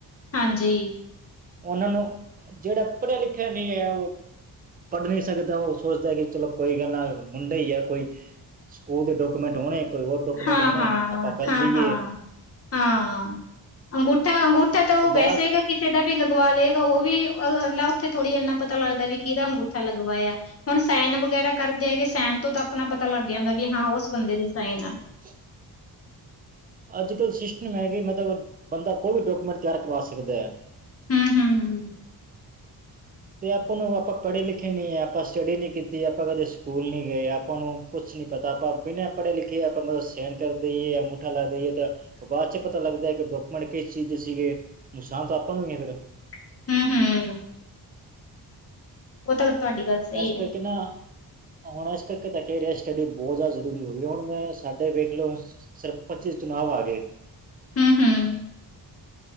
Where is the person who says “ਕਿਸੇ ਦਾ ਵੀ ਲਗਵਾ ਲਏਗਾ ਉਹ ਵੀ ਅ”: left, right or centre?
Left